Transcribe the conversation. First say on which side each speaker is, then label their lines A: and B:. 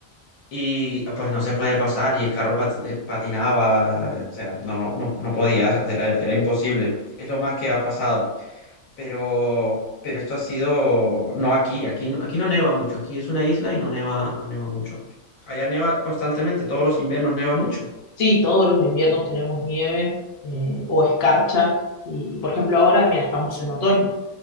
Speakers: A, on the left (about 80°); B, on the left (about 50°).
A: Y pues no se puede pasar y el carro pat- eh, patinaba, o sea, no, no, no podía, <laughs> era, era imposible. Es lo más que ha pasado. Pero, pero esto ha sido, no aquí, aquí, no- aquí no neva mucho, aquí es una isla y no neva, no neva mucho. Allá neva constantemente, todos los inviernos neva mucho.
B: Sí, todos los inviernos tenemos nieve eh, o escarcha. Y, por ejemplo, ahora, mira, estamos en otoño